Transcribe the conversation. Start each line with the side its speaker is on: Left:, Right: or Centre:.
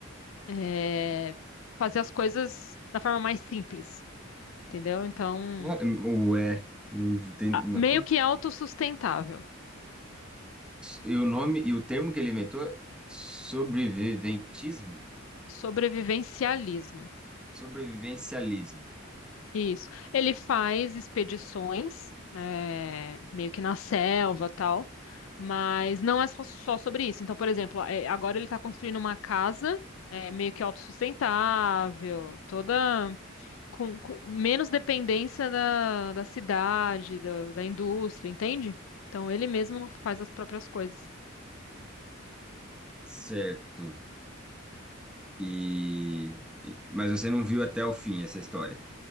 Left: é, fazer as coisas da forma mais simples, entendeu? Então,
Centre: Ah, é, O é. Não tem
Left: a-
Centre: uma
Left: meio
Centre: puta.
Left: que autossustentável,
Centre: E o nome e o termo que ele inventou é sobreviventismo?
Left: sobrevivencialismo.
Centre: Sobrevivencialismo.
Left: Isso. Ele faz expedições, é, meio que na selva, tal, mas não é só, só sobre isso. Então, por exemplo, é, agora ele está construindo uma casa, é, meio que autossustentável, toda. com, com menos dependência da, da cidade, da, da indústria, entende? Então ele mesmo faz as próprias coisas.
Centre: Certo. E... e- Mas você não viu até o fim essa história.